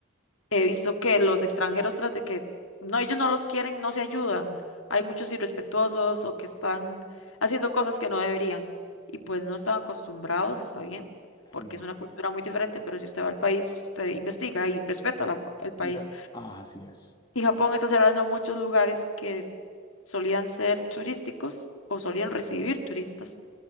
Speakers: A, on the left (about 85°); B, on the left (about 20°).
A: He visto que los extranjeros, tras de que no, ellos no los quieren, no se ayudan. Hay muchos irrespetuosos o que están haciendo cosas que no deberían y pues no están acostumbrados, está bien,
B: Sí.
A: porque es una cultura muy diferente, pero si usted va al país, usted investiga y respeta la- el país.
B: Yeah. Ah, así es.
A: Y Japón está cerrando muchos lugares que s- solían ser turísticos o solían recibir turistas,